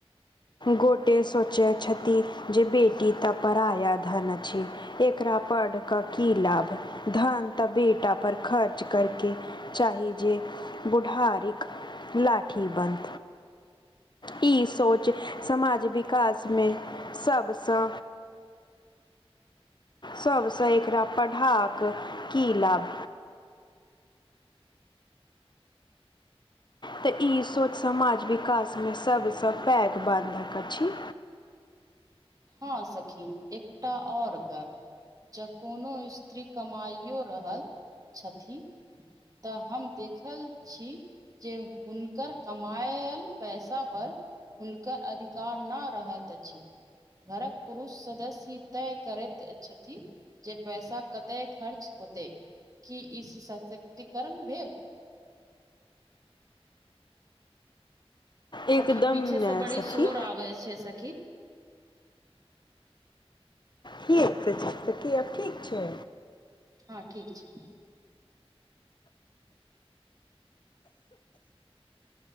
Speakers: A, on the left; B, on the right.
A: गोटे सोचैत छथि जे बेटी तऽ पराया धन अछि एकरा पड का की लाभ धन तऽ बेटा पर खर्च करके चाहि जे गुढ़ारिक लाठी बनि ई सोच समाज विकासमे सबसँ सभसँ एकरा पढ़ाक की लाभ तऽ ई सोच समाज विकासमे सबसँ पैघ बन्धक अछि
B: हँ सखी एकटा और गप जँ कोनो स्त्री कमाइओ रहल छथि तऽ हम देखल छी जे हुनकर कमाायल पैसा पर हुनकर अधिकार नहि रहैत अछि घरक पुरुष सदस्य तय करैत छथिन जे पैसा कते खर्च होते की ई सशक्तिकरण भेल सखी
A: एकदम
B: पीछे से
A: नै
B: बड़ी
A: सखी।
B: शोर आबै छै सखी
A: ठीक छै ठीक से की आब ठीक छै
B: हँ ठीक छै